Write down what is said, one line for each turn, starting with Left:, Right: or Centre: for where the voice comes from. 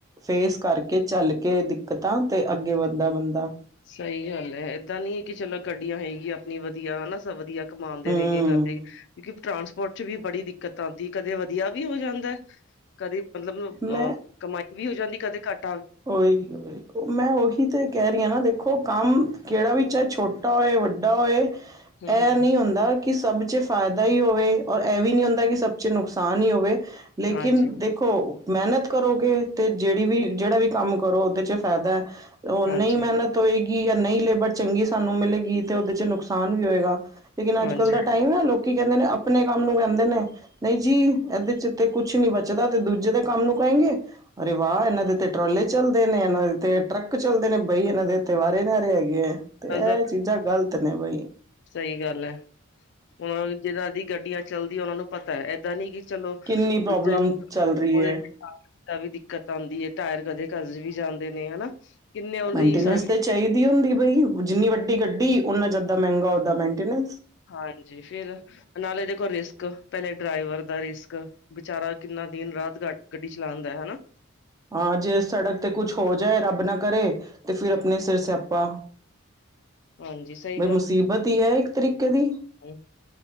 Right: ਫੇਸ ਕਰਕੇ ਚੱਲ ਕੇ ਦਿੱਕਤਾਂ ਤੇ ਅੱਗੇ ਵੱਧਦਾ ਬੰਦਾ
Left: ਸਹੀ ਗੱਲ ਹੈ ਏਦਾਂ ਨੀ ਹੈ ਕਿ ਚਲੋ ਗੱਡੀਆਂ ਹੈਗੀਆਂ ਆਪਣੀ ਵਧੀਆ ਹਨਾ ਸਭ ਵਧੀਆ। ਕਮਾਦੇ
Right: ਹਮ
Left: ਰਹਿ ਗਏ ਕਰਦੇ ਏ ਟਰਾਂਸਪੋਰਟ ਚ ਵੀ ਬੜੀ ਦਿੱਕਤ ਆਉਂਦੀ ਹੈ ਕਦੇ ਵਧੀਆ ਵੀ ਹੋ ਜਾਂਦਾ ਹੈ। ਕਦੇ ਮਤਲਬ ਅਹ
Right: ਮੈਂ
Left: ਕਮਾਈ ਵੀ ਹੋ ਜਾਂਦੀ ਕਦੇ ਘੱਟ
Right: ਉਹੀਈ ਮੈਂ ਉਹੀ ਤੇ ਕਹਿ ਰਹੀ ਹਾਂ ਨਾ ਦੇਖੋ ਕੰਮ ਕਿਹੜਾ ਵੀ ਚਾਹੇ ਛੋਟਾ ਛੋਟਾ ਹੋਏ ਵੱਡਾ ਹੋਏ
Left: ਹਮ
Right: ਇਹ
Left: ਹਮ
Right: ਨਹੀਂ ਹੁੰਦਾ ਕਿ ਸਭ ਚ ਫਾਇਦਾ ਹੀ ਹੋਵੇ ਔਰ ਇਹ ਵੀ ਨਹੀਂ ਹੁੰਦਾ ਕਿ ਸਭ ਚ ਨੁਕਸਾਨ ਹੀ ਹੋਵੇ ਲੇਕਿਨ
Left: ਹਾਂਜੀ
Right: ਦੇਖ ਦੇਖੋ ਮਿਹਨਤ ਕਰੋਗੇ ਤੇ ਜਿਹੜੀ ਵੀ ਜਿਹੜਾ ਵੀ ਕੰਮ ਕਰੋ ਉਹਦੇ ਚ ਫਾਇਦਾ ਹੈ। ਉਹ ਨਹੀਂ
Left: ਹਾਂਜੀ
Right: ਮਿਹਨਤ ਹੋਏਗੀ ਜਾਂ ਨਹੀਂ ਲੇਬਰ ਚੰਗੀ ਸਾਨੂੰ ਮਿਲੇਗੀ ਤੇ ਉਹਦੇ ਚ ਨੁਕਸਾਨ ਵੀ ਹੋਏਗਾ। ਲੇਕਿਨ
Left: ਹਾਂਜੀ
Right: ਅੱਜ ਕੱਲ੍ਹ ਦਾ ਟਾਈਮ ਹੈ ਲੋਕੀ ਕਹਿੰਦੇ ਨੇ ਆਪਣੇ ਕੰਮ ਨੂੰ ਕਹਿੰਦੇ ਨੇ ਨਹੀਂ ਜੀ ਇਹਦੇ ਚ ਤੇ ਕੁਛ ਨੀ ਬਚਦਾ ਤੇ ਦੂਜੇ ਦੇ ਕੰਮ ਨੂੰ ਕਹੇਗੇ ਅਰੇ ਵਾਹ ਇਹਨਾਂ ਦੇ ਤੇ ਟਰਾਲੇ ਚੱਲਦੇ ਨੇ ਇਹਨਾਂ ਦੇ ਤੇ ਟਰੱਕ ਚੱਲਦੇ ਨੇ ਬਈ ਇਹਨਾਂ ਦੇ ਤੇ ਵਾਰੇ ਨਾਰੇ ਹੈਗੇ ਆ ਤੇ ਇਹ
Left: ਹਾਂ
Right: ਚੀਜ਼ਾਂ ਗ਼ਲਤ ਨੇ ਬਾਈ।
Left: ਸਹੀ ਗੱਲ ਹੈ ਹੁਣ ਜਿਦਾਂ ਦੀ ਗੱਡੀਆਂ ਚੱਲਦੀਆਂ ਉਹਨਾ ਨੂੰ ਪਤਾ ਏਦਾਂ ਨੀ ਕਿ ਚਲੋ
Right: ਕਿੰਨੀ
Left: ਦੂਜੇ
Right: ਪ੍ਰੋਬਲਮ
Left: ਨੂੰ
Right: ਚੱਲ ਰਹੀ
Left: ਉਹਦੇ
Right: ਹੈ
Left: ਦਾ ਵੀ ਦਿੱਕਤ ਆਉਂਦੀ ਹੈ ਟਾਇਰ ਕਦੇ ਘਸ ਵੀ ਜਾਂਦੇ ਨੇ ਹਨਾ। ਕਿੰਨੇ ਉਹਦੀ
Right: ਮੇਨਟਨੈਂਸ
Left: ਸਰਵਿਸ
Right: ਤੇ ਚਾਹੀਦੀ ਹੁੰਦੀ ਬਈ ਜਿੰਨੀ ਵੱਡੀ ਗੱਡੀ ਓਨਾ ਜਿਆਦਾ ਮਹਿੰਗਾ ਉਹਦਾਂ ਮੇਨਟਨੈਂਸ
Left: ਹਾਂਜੀ ਫਿਰ ਨਾਲੇ ਦੇਖੋ ਰਿਸਕ ਪਹਿਲੇ ਡਰਾਈਵਰ ਦਾ ਰਿਸਕ ਵਿਚਾਰਾ ਕਿੰਨਾ ਦਿਨ ਰਾਤ ਗ ਗੱਡੀ ਚਲਾਉਂਦਾ ਹੈ ਹਨਾ।
Right: ਹਾਂ ਜੇ ਸੜਕ ਤੇ ਕੁਛ ਹੋ ਜਾਏ ਰੱਬ ਨਾ ਕਰੇ ਤੇ ਫਿਰ ਆਪਣੇ ਸਿਰ ਸਿਆਪਾ
Left: ਹਾਂਜੀ ਸਹੀ
Right: ਬਈ ਮੁਸੀਬਤ ਹੀ ਹੈ ਇੱਕ ਤਰੀਕੇ ਦੀ।
Left: ਹੂੰ।